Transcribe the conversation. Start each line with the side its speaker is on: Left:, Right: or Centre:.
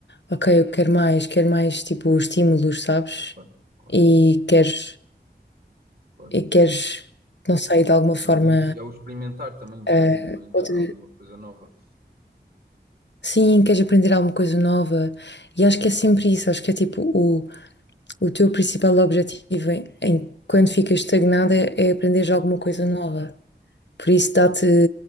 Left: ok, eu quero mais, quero mais, tipo, estímulos, sabes?
Right: claro, claro,
Left: E queres,
Right: claro.
Left: e queres, não sei, de alguma forma,
Right: Eu- E o- é o experimentar também um bocadinho,
Left: eh,
Right: não
Left: outra...
Right: é? Alguma coisa nova.
Left: Sim, queres aprender alguma coisa nova. E acho que é sempre isso, acho que é tipo, o, o teu principal objetivo em, em- quando ficas estagnada é, é aprenderes alguma coisa nova. Por
Right: Sim,
Left: isso dá-te,